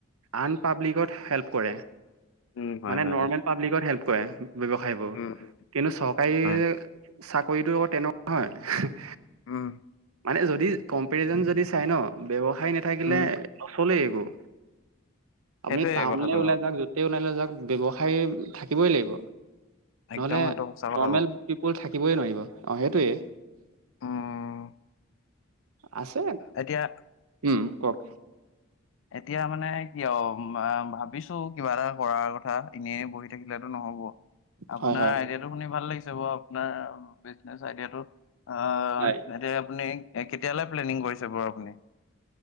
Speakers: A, on the right; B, on the left.
A: আন পাব্লিকত হেল্প কৰে।
B: উম, হয়
A: মানে
B: হয়
A: নৰ্মেল
B: হয়
A: পাব্লিকত হেল্প কৰে ব্যৱসায়বোৰ,
B: উম উম,
A: কিন্তু চৰকাৰী
B: হয়
A: চাকৰিটো তেনেকুৱা হয়
B: উম,
A: মানে যদি কম্পেৰিজন যদি চাই ন' ব্যৱসায় নাথাকিলে
B: উম
A: নচলেই একো আপুনি
B: সেইটোয়ে
A: টাউনলে
B: কথাটো
A: ওলাই
B: অ
A: যাওক য'তেই ওলাই নাযাওক ব্যৱসায় থাকিবই লাগিব।
B: একদম
A: নহ'লে
B: সেইটো সঁচা কথা
A: নৰ্মেল
B: কওঁ
A: পিপুল থাকিবই নোৱাৰিব অ' সেইটোৱেই
B: উম
A: আছে
B: এতিয়া
A: উম, কওক
B: এতিয়া মানে কিয় ভাবিছোঁ কিবা এটা কৰাৰ কথা এনেই বহি থাকিলেতো নহব। আপোনাৰ
A: হয়, হয়।
B: আইডিয়াটো শুনি ভাল লাগিছে বাৰু আপোনাৰ বিজনেছ আইডিয়াটো অ',
A: হয়,
B: এতিয়া আপুনি কেতিয়ালৈ প্লেনিং কৰিছে বাৰু আপুনি?